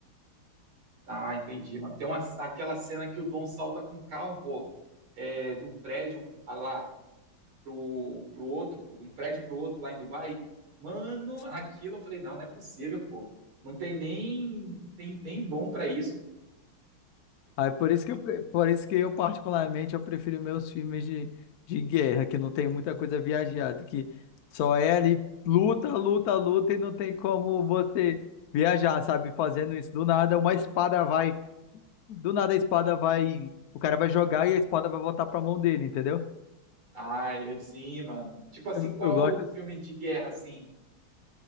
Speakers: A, on the right; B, on the left.
A: Ah, entendi, mano. Tem uma, aquela cena que o Dom salta com o carro, pô, é, de um prédio ah lá pro, pro outro, pô, de um prédio pro outro lá em Dubai. Mano,
B: Sim.
A: aquilo eu falei, não, não é possível, pô. Não tem nem, tem, nem vão pra isso.
B: Aí por isso que eu, pre- por isso que eu, particularmente, eu prefiro meus filmes de, de guerra, que não tem muita coisa viajada, que só é ali luta, luta, luta, e não tem como você viajar, sabe? Fazendo isso do nada, uma espada vai. Do nada a espada vai. O cara vai jogar e a espada vai voltar pra mão dele, entendeu?
A: Ai, é sim, mano. Tipo assim,
B: Eu,
A: qual
B: eu gosto.
A: filme de guerra, assim?